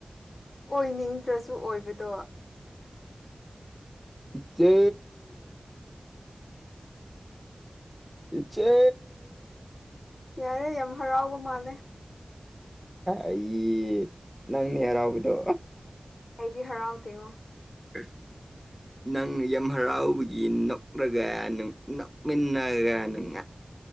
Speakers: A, on the left; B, in the centre.
A: ꯑꯣꯏꯅꯤꯡꯗ꯭ꯔꯥꯁꯨ ꯑꯣꯏꯕꯗꯣ
B: ꯏꯆꯦ ꯏꯆꯦ
A: ꯌꯥꯔꯦ ꯌꯥꯝ ꯍꯔꯥꯎꯕ ꯃꯥꯜꯂꯦ
B: ꯑꯩ ꯅꯪꯅꯦ ꯍꯔꯥꯎꯕꯗꯣ
A: ꯑꯩꯗꯤ ꯍꯔꯥꯎꯗꯦꯉꯣ
B: <inaudible> ꯅꯪ ꯌꯥꯝ ꯍꯔꯥꯎꯕꯒꯤ ꯅꯣꯛꯂꯒ ꯅꫭꯛ ꯅꯣꯛꯃꯤꯟꯅꯒ ꯉꯥꯡ